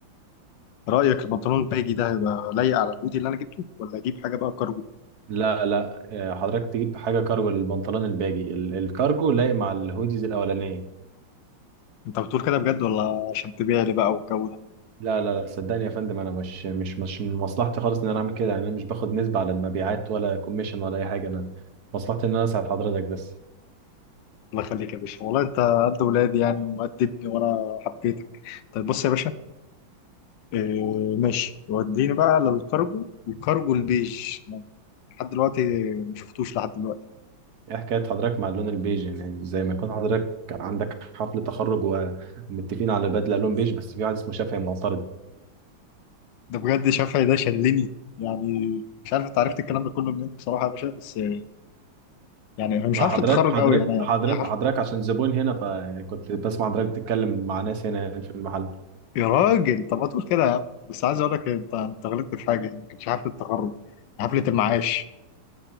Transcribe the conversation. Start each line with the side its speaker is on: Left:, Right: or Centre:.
Left: رايك البنطلون الباجي ده هيبقى لايق على الهودي اللي انا جبته ولا اجيب حاجه بقى كارجو
Right: لا لا آه، حضرتك تجيب حاجه كارجو للبنطلون الباجي ال- الكارجو لايق مع الهوديز الاولانيه
Left: انت بتقول كده بجد ولا عشان تبيع لي بقى والجو ده؟
Right: لا لا لا صدقني يا فندم انا مش مش مش من مصلحتي خالص ان انا اعمل كده يعني انا مش باخد نسبه على المبيعات ولا كوميشن ولا اي حاجه انا مصلحتي ان انا اساعد حضرتك بس
Left: الله يخليك يا باشا والله انت قد ولادي يعني وقد ابني وانا حبيتك طيب بص يا باشا اه ماشي وديني بقى للكارجو الكارجو البيج لحد دلوقتي ما شفتوش لحد دلوقتي
Right: ايه حكاية حضرتك مع اللون البيج يعني زي ما يكون حضرتك عندك حفل تخرج ومتفقين على بدلة لون بيج بس في واحد اسمه شافعي معترض
Left: ده بجد شافعي ده شلني يعني مش عارف انت عرفت الكلام ده كله منين بصراحه يا باشا بس آه، يعني انا مش
Right: مع
Left: عارف
Right: حضرتك
Left: التخرج
Right: حضرتك
Left: قوي يعني
Right: حضرتك
Left: يا حف...
Right: حضرتك عشان زبون هنا فكنت بسمع حضرتك بتتكلم مع ناس هنا يعني في المحل
Left: يا راجل طب ما تقول كده يا عم بس عايز اقول لك انت انت غلطت في حاجه يعني ما كانتش حفله التخرج حفله المعاش